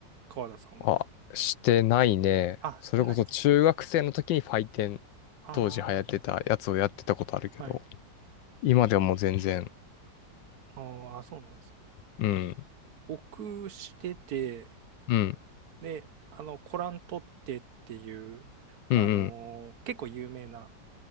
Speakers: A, on the right; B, on the left.
A: 川田さんは。
B: あ、してないね。
A: あ、
B: それこそ中学生の時にファイテン、
A: してないです。あ
B: 当時流行ってたやつをやってたことあるけど、
A: あ、はい。
B: 今ではもう全然、
A: あーあ、そうなんです。
B: うん、
A: 僕してて、
B: うん、
A: で、あの、コラントってっていう、
B: うん、
A: あのー結構有名な
B: うん、